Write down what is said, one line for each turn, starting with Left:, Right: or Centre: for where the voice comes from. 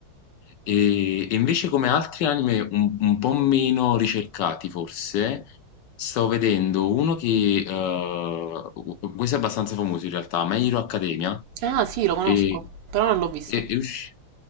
Left: E, e invece come altri anime un, un po' meno ricercati forse, sto vedendo uno che, eh, questo è abbastanza famoso in realtà, My Hero Academia,
Right: Ah, sì, lo conosco,
Left: che
Right: però non l'ho visto.
Left: è, è usci-